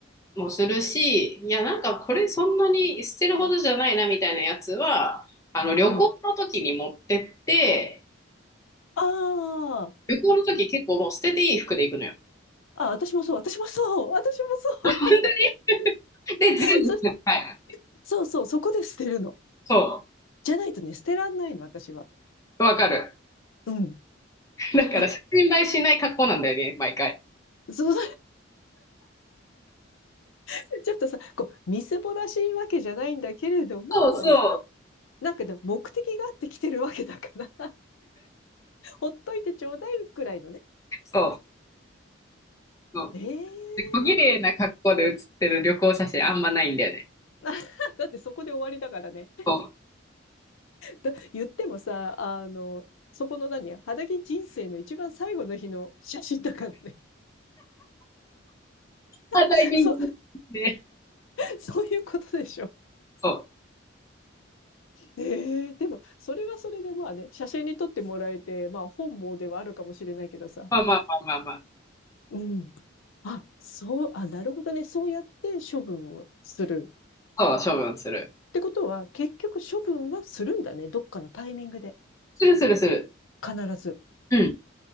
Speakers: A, on the left; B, on the left.
A: もするし、いや、なんかこれそんなに捨てるほどじゃないなみたいなやつは、あの旅行の時に持ってって、
B: うん。あ
A: 旅行の時結構もう捨てていい服で行くのよ。
B: ああ、私もそう、私もそう、私もそう。
A: <laughs> で、全部捨てて帰る。
B: <laughs> そ、そうそう、そこで捨てるの。
A: そ
B: じゃないとね、捨てらんないの、私は。
A: う、わかる。
B: うん。
A: だから写真映えしない格好なんだよね、
B: あ、
A: 毎回。
B: そう <laughs> ちょっとさ、こう、みすぼらしいわけじゃないんだけれども、
A: そうそう。
B: なんかでも目的があって来てるわけだから <laughs>、ほっといてちょうだいくらいのね。
A: そうそう。
B: ええー
A: で、小綺麗な格好で写ってる旅行写真あんまないんだよね。
B: <laughs>。だってそこで終わりだからね。
A: そう。
B: だ言ってもさ、あの、そこの何肌着人生の一番最後の日の写真だからね。
A: あ、ダイビングで、
B: <laughs> そ、そういうことでしょ。
A: そう。
B: ええー、でも、それはそれでまあね、写真に撮ってもらえて、まあ本望ではあるかもしれないけどさ。
A: まあまあまあまあ
B: うん。あ、そう、あ、なるほどね。そうやって処分をする。
A: まあ。そう、処分する。
B: ってことは、結局処分はするんだね。どっかのタイミングで。
A: するするする。
B: 必ず。
A: うん、